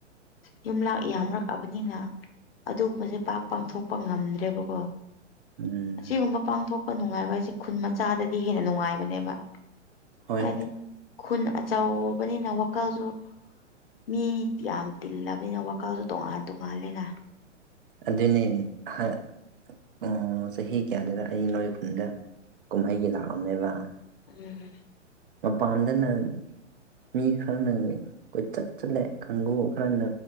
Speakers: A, on the left; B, on the right.
A: ꯌꯨꯝ ꯂꯥꯛ ꯌꯥꯝꯔꯛꯑꯕꯅꯤꯅ ꯑꯗꯨꯒꯨꯝꯕꯁꯦ ꯄꯥꯛ ꯄꯥꯡꯊꯣꯛꯄ ꯉꯝꯗ꯭ꯔꯦꯕꯀꯣ
B: ꯎꯝ
A: ꯑꯁꯤꯒꯨꯝꯕ ꯄꯥꯡꯊꯣꯛꯄ ꯅꯨꯡꯉꯥꯏꯕ ꯍꯥꯏꯁꯦ ꯈꯨꯟ ꯃꯆꯥꯗꯗꯤ ꯍꯦꯟꯅ ꯅꯨꯡꯉꯥꯏꯕꯅꯦꯕ
B: ꯍꯣꯏ
A: ꯍꯥꯏꯗꯤ ꯈꯨꯟ ꯑꯆꯥꯎꯕꯅꯤ ꯩꯅ ꯋꯥꯈꯜꯁꯨ ꯃꯤ ꯌꯥꯝ ꯇꯤꯜꯂꯕꯅꯤꯅ ꯋꯥꯈꯜꯁꯨ ꯇꯣꯉꯥꯟ ꯇꯣꯉꯥꯂꯅ
B: ꯑꯗꯨꯅꯦ ꯑꯣ ꯆꯍꯤ ꯀꯌꯥꯗꯨꯗ ꯑꯩ ꯅꯣꯏ ꯈꯨꯟꯗ ꯀꯨꯝꯍꯩꯒꯤ ꯂꯥꯛꯑꯝꯃꯦꯕ
A: ꯎꯝ
B: ꯃꯄꯥꯟꯗꯅ ꯃꯤ ꯈꯔꯅ ꯀꯣꯏꯆꯠ ꯆꯠꯂꯦ ꯀꯥꯡꯕꯨꯨ ꯈꯔꯅ